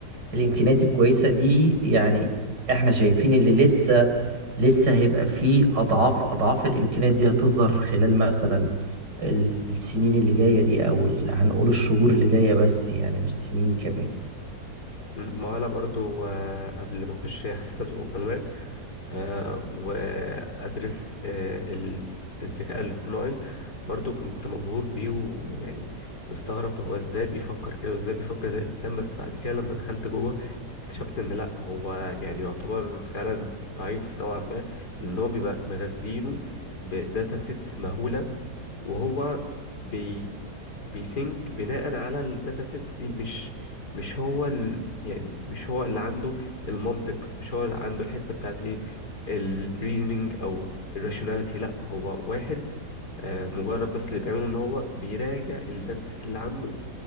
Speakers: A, on the right (about 85°); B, on the left (about 70°).
A: الامكانيات الكويسة دي يعني احنا شايفين اللي لسه لسه هيبقى فيه اضعاف اضعاف الامكانيات دي هتظهر خلال مثلا السنين اللي جاية دي او ال- هنقول الشهور اللي جاية بس يعني مش سنين كمان
B: ما انا برضو آه، قبل ما اخش حاسبات ومعلومات آه، وأدرس آه، ال- الذكاء الاصطناعي برضو كنت مبهور بيه ويعني مستغرب هو ازاي بيفكر كده وازاي بيفكر زي الإنسان بس بعد كده لما دخلت جوه اكتشفت ان لا هو يعني يعتبر فعلا ضعيف نوعا ما لان هو بيبقى مغذينه بداتا سيتس مهولة وهو بي بيسينك بناء على الداتا سيتس دي مش مش هو ال يعني مش هو اللي عنده المنطق مش هو اللي عنده الحتة بتاعت ايه الريزنينج او الراشوناليتي لا هو واحد آه، مجرد بس اللي بيعمله ان هو بيراجع الداتا سيت اللي عنده